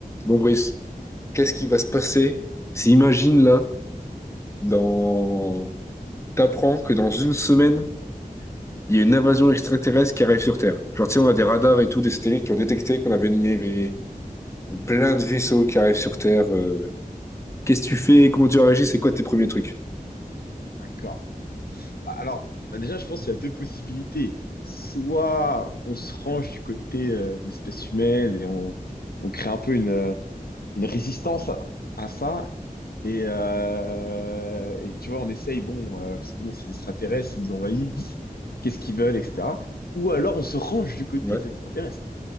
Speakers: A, on the left (about 20°); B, on the left (about 85°).
A: Bon, Brice, qu'est-ce qui va se passer si, imagine là, dans... t'apprends que dans une semaine, il y a une invasion extraterrestre qui arrive sur Terre. Genre, tu sais, on a des radars et tout, des satellites qui ont détecté qu'on avait une... il y avait plein de vaisseaux qui arrivent sur Terre. euh. Qu'est-ce que tu fais? Comment tu réagis? C'est quoi tes premiers trucs?
B: D'accord. Bah, Alors, bah, déjà, je pense qu'il y a deux possibilités. Soit on se range du côté euh, de l'espèce humaine et on, on crée un peu une, euh, une résistance à, à ça. Et, euh, et tu vois, on essaye, bon, euh, parce que bon, c'est des extraterrestres, ils nous envahissent, qu'est-ce qu'ils veulent, etc. Ou alors on se range du côté
A: Ouais.
B: des extraterrestres.